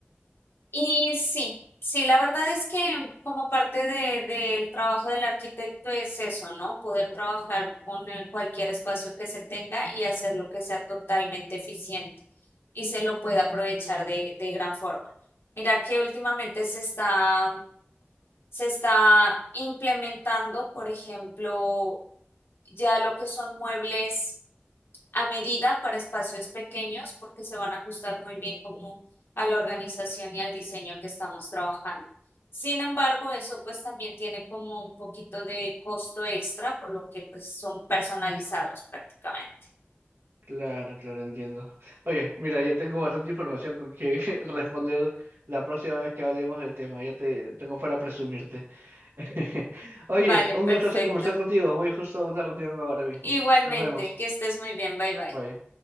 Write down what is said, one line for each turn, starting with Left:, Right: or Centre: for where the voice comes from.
Left: Y sí, sí, la verdad es que como parte de, del trabajo del arquitecto es eso, ¿no? Poder trabajar con eh, cualquier espacio que se tenga y hacerlo que sea totalmente eficiente y se lo pueda aprovechar de, de gran forma. Mira que últimamente se está, se está implementando, por ejemplo, ya lo que son muebles a medida para espacios pequeños porque se van a ajustar muy bien como a la organización y al diseño que estamos trabajando. Sin embargo, eso pues también tiene como un poquito de costo extra, por lo que pues son personalizados prácticamente.
Right: Claro, claro, entiendo. Oye, mira, ya tengo bastante información con que <laughs> responder la próxima vez que hablemos del tema. Ya te tengo para presumirte. <laughs> Oye,
Left: Vale,
Right: un
Left: perfecto.
Right: gustazo conversar contigo. Voy justo a una reunión ahora mismo.
Left: Igualmente,
Right: Nos vemos.
Left: que estés muy bien, bye bye.
Right: Bye.